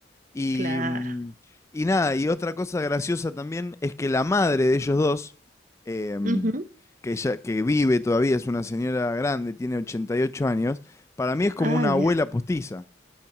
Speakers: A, on the left; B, on the right.
A: Y,
B: claro.
A: mm, y nada, y otra cosa graciosa también es que la madre de ellos dos, em,
B: Ujú.
A: que, ya, que vive todavía, es una señora grande, tiene 88 años, para mí es como
B: Ay,
A: una abuela
B: mira.
A: postiza.